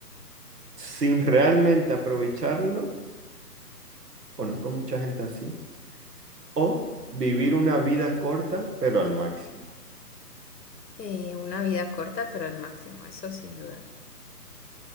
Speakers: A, on the right; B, on the left.
A: sin realmente aprovecharlo? Conozco mucha gente así. ¿O vivir una vida corta, pero al máximo?
B: eh, una vida corta, pero al máximo, eso sin duda,